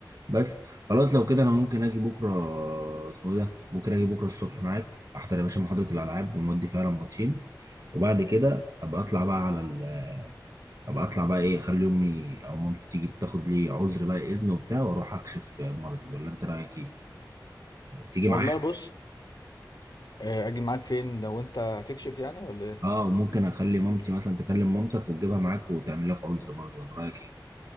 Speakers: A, on the right; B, on the left.
A: بس خلاص لو كده انا ممكن اجي بكره اسمه ايه ده ممكن اجي بكره الصبح معاك احضر يا باشا محاضره الالعاب ونودي فعلا ماتشين وبعد كده ابقى اطلع بقى على ال... ابقى اطلع بقى ايه اخلي امي او مامتي تيجي تاخد لي عذر بقى اذن وبتاع واروح اكشف مرضي ولا انت رايك ايه تيجي
B: والله
A: معايا
B: بص آه، أجي معاك فين لو أنت هتكشف يعني ولا إيه؟
A: اه وممكن اخلي مامتي مثلا تكلم مامتك وتجيبها معاك وتعمل لك عذر برضه ولا رايك ايه